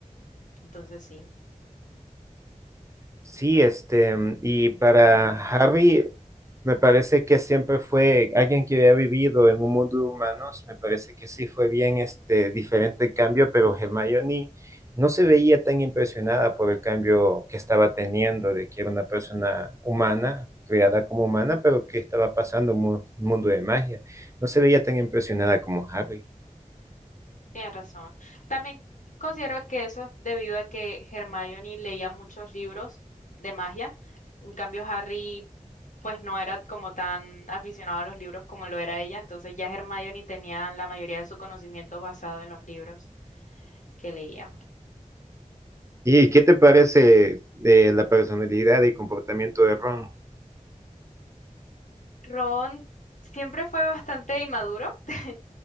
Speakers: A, on the left (about 70°); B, on the right (about 20°).
A: Entonces sí,
B: Sí, este, y para Harry, me parece que siempre fue alguien que había vivido en un mundo de humanos, me parece que sí fue bien este diferente el cambio, pero Hermione no se veía tan impresionada por el cambio que estaba teniendo, de que era una persona humana, criada como humana, pero que estaba pasando en un mundo de magia. No se veía tan impresionada como Harry.
A: tienes razón. También considero que eso es debido a que Hermione leía muchos libros de magia. En cambio, Harry, pues no era como tan aficionado a los libros como lo era ella. Entonces ya Hermione tenía la mayoría de su conocimiento basado en los libros que leía.
B: ¿Y qué te parece de la personalidad y comportamiento de Ron?
A: Ron siempre fue bastante inmaduro. <laughs>